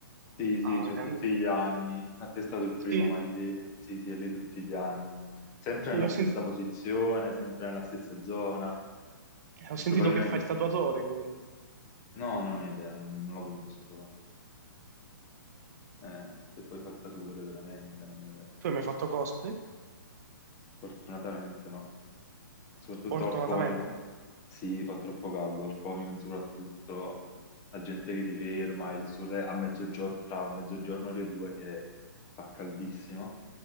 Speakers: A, on the left; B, on the right.
A: Sì, sì,
B: Ah,
A: c'è
B: grande.
A: tutti gli anni. A te è stato il primo,
B: Sì,
A: ma lì, sì, sì, è lì tutti gli anni. Sempre
B: sì,
A: nella
B: ho
A: stessa
B: senti-
A: posizione, sempre nella stessa zona.
B: ho sentito
A: Probabilmente,
B: che fa il tatuatore quello.
A: no, non ho idea, non, non lo conosco. Eh, se poi fa il tatuatore veramente, non ho idea.
B: Tu hai mai fatto cosplay?
A: Fortunatamente no. Soprattutto
B: Fortunatamente.
A: al comico. Sì, fa troppo caldo, al comico soprattutto. La gente che ti ferma, il sole a mezzogiorno, tra mezzogiorno e le due che fa caldissimo